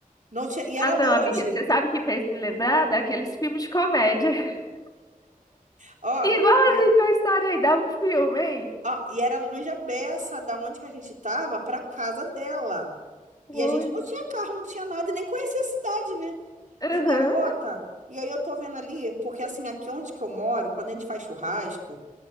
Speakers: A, on the right (about 60°); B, on the left (about 25°).
A: Não tinha, e era
B: Ah, não,
A: longe.
B: amiga. Você sabe o que fez me lembrar daqueles filmes de comédia. <laughs>
A: Ó,
B: Igualzinho
A: e,
B: Toy Story aí, dava um filme, hein?
A: ó, e era longe a beça da onde que a gente tava pra casa dela.
B: Coisa.
A: E a gente não tinha carro, não tinha nada e nem conhecia a cidade, né?
B: Aham,
A: E garota, e aí eu tô vendo ali, porque assim, aqui onde que eu moro, quando a gente faz churrasco,